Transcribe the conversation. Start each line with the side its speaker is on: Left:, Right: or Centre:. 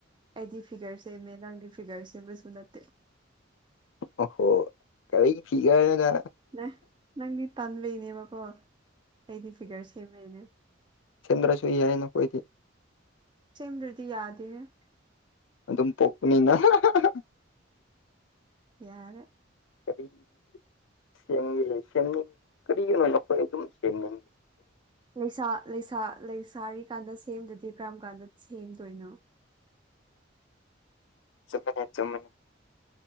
Right: ꯑꯩꯗꯤ ꯐꯤꯒꯔ ꯁꯦꯝꯃꯦ ꯅꯪꯗꯤ ꯐꯤꯒꯔ ꯁꯦꯝꯕꯁꯨ ꯅꯠꯇꯦ
Left: ꯑꯣ ꯍꯣ ꯑꯩ ꯐꯤꯒꯔꯅ
Right: ꯅ ꯅꯪꯗꯤ ꯇꯟꯕꯩꯅꯦꯕꯀꯣ ꯑꯩꯗꯤ ꯐꯤꯒꯔ ꯁꯦꯝꯃꯩꯅꯦ
Left: ꯊꯤꯟꯗ꯭ꯔꯁꯨꯨ ꯌꯥꯏꯅꯈꯣꯏꯗꯤ
Right: ꯁꯦꯝꯗ꯭ꯔꯗꯤ ꯌꯥꯗꯦꯍꯦ
Left: ꯑꯗꯨꯝ ꯄꯣꯛꯄꯅꯤꯅ ꯍꯥ ꯍꯥꯍꯥ
Right: ꯌꯥꯔꯦ
Left: ꯀꯔꯤ <unintelligible> ꯀꯔꯤꯒꯤꯅꯣ ꯅꯈꯣꯏ ꯑꯗꯨꯝ ꯁꯦꯝꯒꯅꯤ
Right: ꯂꯩꯁꯥ ꯂꯩꯁꯥ ꯂꯩꯁꯥꯔꯤꯀꯥꯟꯗ ꯁꯦꯝꯗꯗꯤ ꯀꯔꯝ ꯀꯥꯟꯗ ꯁꯦꯝꯗꯣꯏꯅꯣ
Left: ꯆꯨꯝꯃꯤꯅꯦ ꯆꯨꯝꯃꯦ